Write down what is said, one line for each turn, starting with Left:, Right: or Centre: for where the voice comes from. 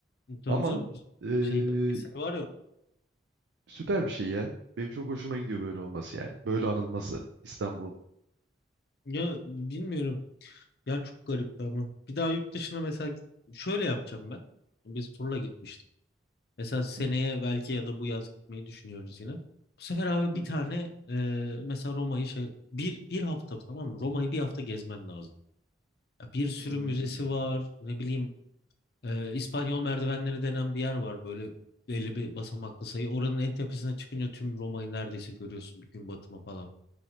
Left: E, Tabii
Right: Ama
Left: canım.
Right: ee,
Left: Şey belgeseli var ya.
Right: süper bir şey ya. Benim çok hoşuma gidiyor böyle olması yani. Böyle anılması İstanbul'un.
Left: Ya bilmiyorum. Yani çok garipti ama. Bir daha yurt dışına mesela git- şöyle yapacağım ben. Biz turla gitmiştik. Mesela seneye
Right: Hı hı,
Left: belki ya da bu yaz gitmeyi düşünüyoruz yine. Bu sefer abi
Right: hı
Left: bir
Right: hı.
Left: tane e, mesela Roma'yı şey bir bir hafta tamam mı? Roma'yı bir hafta gezmen lazım. Ya bir sürü
Right: Hmm,
Left: müzesi var. Ne bileyim e, İspanyol merdivenleri denen bir yer var böyle belli bir basamaklı sayı. Oranın en tepesine çıkınca tüm Roma'yı neredeyse görüyorsun bir gün batımı falan